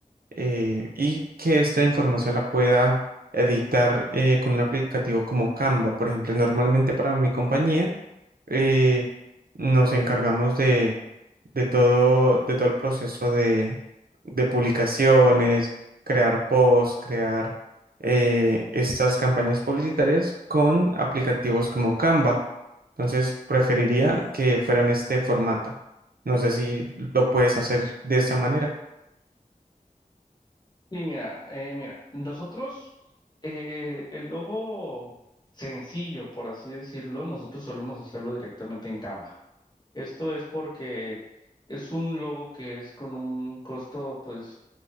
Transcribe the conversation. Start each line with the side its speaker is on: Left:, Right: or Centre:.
Right: eh, y que esta información la pueda editar eh, con un aplicativo como Canva. Por ejemplo, normalmente para mi compañía eh, nos encargamos de, de todo, de todo el proceso de, de publicaciones, crear posts, crear eh, estas campañas publicitarias con aplicativos como Canva. Entonces, preferiría que fueran este formato. No sé si lo puedes hacer de esa manera.
Left: Sí, mira, eh, mira, nosotros, eh, el logo sencillo, por así decirlo, nosotros solemos hacerlo directamente en Canva. Esto es porque es un logo que es con un costo pues